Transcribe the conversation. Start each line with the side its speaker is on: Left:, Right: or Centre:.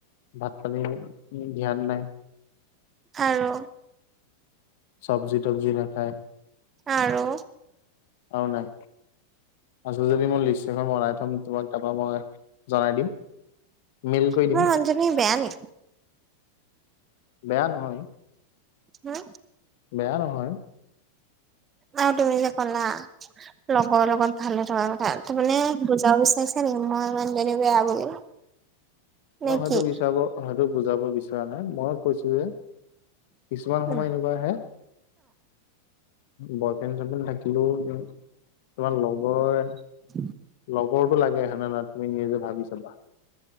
Left: ভাত পানী ধ্যান নাই।
Right: আৰু
Left: চব্জি তবজি নাখায়।
Right: আৰু
Left: আৰু নাই আছে যদি মই লিষ্ট এখন বনাই থ'ম। তোমাক তাৰপৰাই মই জনাই দিম মেইল কৰি
Right: মোৰ
Left: দিম।
Right: মানুহজনী বেয়া নি
Left: বেয়া নহয়।
Right: হা?
Left: বেয়া নহয়।
Right: অ তুমি যে কলা। লগৰ লগত ভালে থকা কথা তাৰ মানে বুজাব বিচাৰিছা নেকি মই মানুহজনী বেয়া বুলি। নে
Left: মই হয়তো
Right: কি
Left: বিচাৰ হয়তো বুজাব বিচৰা নাই মই কৈছো যে, কিছুমান
Right: অ
Left: সময় এনেকুৱা আহে। বয়ফ্ৰেণ্ড চয়ফ্ৰেণ্ড থাকিলো তোমাৰ লগৰ,
Right: <inaudible>
Left: লগৰটো লাগে হয় নাই তুমি নিজে ভাবি ছাবা।